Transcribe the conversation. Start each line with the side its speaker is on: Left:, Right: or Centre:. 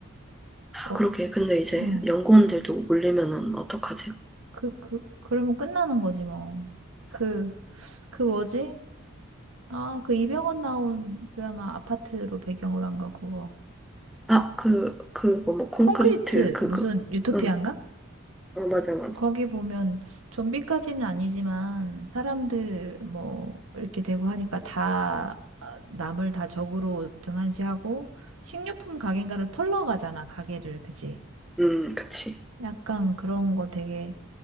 Right: 어,
Centre: 그렇게 근데 이제
Right: 어.
Centre: 연구원들도 몰리면은 어떡하지?
Right: 그, 그, 그러면 끝나는 거지 뭐. 그, 그 뭐지? 아, 그 이병헌 나온 드라마 아파트로 배경으로 한 거 그거.
Centre: 아, 그, 그거 뭐, 콘크리트
Right: 콘크리트
Centre: 그거.
Right: 무슨 유토피아인가?
Centre: 응, 어, 맞아, 맞아.
Right: 거기 보면 좀비까지는 아니지만 사람들 뭐 이렇게 되고 하니까 다 아, 남을 다 적으로 등한시하고 식료품 가게인가를 털러 가잖아 가게를 그지?
Centre: 음, 그치.
Right: 약간 그런 거 되게